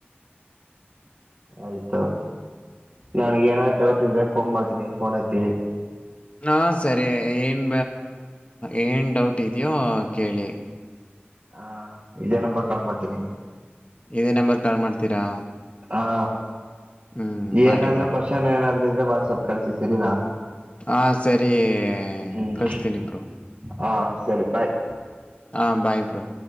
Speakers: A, on the right (about 50°); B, on the left (about 30°).
A: ಆಯ್ತು ನನ್ಗ್ ಏನರ ಡೌಟ್ ಇದ್ರೆ ಫೋನ್ ಮಾಡ್ತೀನಿ ಫೋನ್ ಎತ್ತಿ.
B: ಹಾ ಸರಿ ಏನು ಏನು ಡೌಟ್ ಇದೆಯೋ ಕೇಳಿ.
A: ಹ ಇದೇ ನಂಬರ್ ಕಾಲ್ ಮಾಡ್ತೀನಿ.
B: ಇದೇ ನಂಬರ್ ಕಾಲ್ ಮಾಡ್ತೀರಾ.
A: ಹಾ
B: ಹ್ಮ್
A: ಏನಾದ್ರು
B: ಮಾಡಿ ಮಾಡಿ
A: ಕೋಶ್ನ್ ಏನಾದ್ರು ಇದ್ರೆ ವಾಟ್ಸಪ್ ಕಳ್ಸಿ ಸರಿನಾ.
B: ಹಾ ಸರಿ
A: ಹ್ಮ್
B: ಕಳ್ಸ್ತಿನಿ ಬ್ರೋ.
A: ಹಾ ಸರಿ ಬಾಯ್.
B: ಹಾ ಬಾಯ್ ಬ್ರೋ